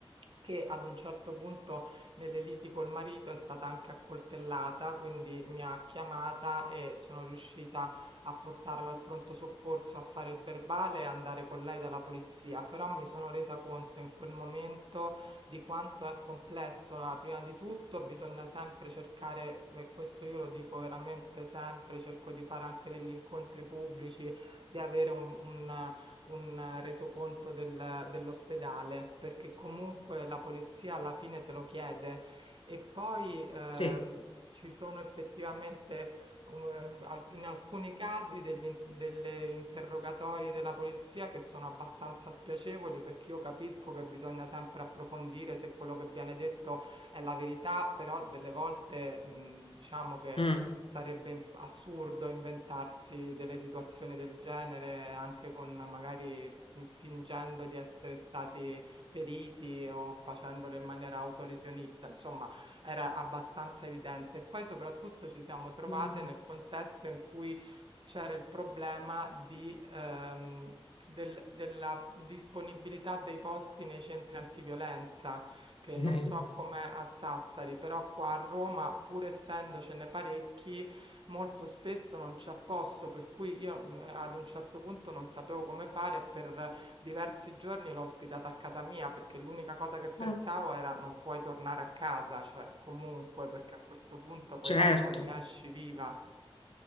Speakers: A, on the right; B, on the left.
A: che ad un certo punto nelle liti col marito è stata anche accoltellata, quindi mi ha chiamata e sono riuscita a portarla al pronto soccorso, a fare il verbale e andare con lei dalla polizia, però mi sono resa conto in quel momento di quanto è complesso. La- prima di tutto bisogna sempre cercare, e questo io lo dico veramente sempre, cerco di fare anche degli incontri pubblici, di avere un, un, un eh, resoconto del- dell'ospedale, perché comunque la polizia alla fine te lo chiede. E poi ehm,
B: Sì.
A: ci sono effettivamente um, al- in alcuni casi degli, in- delle interrogatori della polizia che sono abbastanza spiacevoli perché io capisco che bisogna sempre approfondire se quello che viene detto è la verità, però delle volte, mhmm, diciamo che
B: Mm.
A: sarebbe im assurdo inventarsi delle situazioni del genere anche con magari fin fingendo di essere stati feriti o facendolo in maniera autolesionista, insomma era abbastanza evidente. E poi soprattutto ci siamo trovate
B: Mm.
A: nel contesto in cui c'era il problema di ehm, del della disponibilità dei posti nei centri antiviolenza che
B: <laughs>
A: non so com'è a Sassari, però qua a Roma, pur essendocene parecchi, molto spesso non c'è posto, per cui io mm, ad un certo punto non sapevo come fare e per diversi giorni l'ho ospitata a casa mia perché l'unica cosa che pensavo
B: Eh.
A: era non puoi tornare a casa, cioè comunque, perché a questo punto poi
B: Certo.
A: dopo non ne esci viva.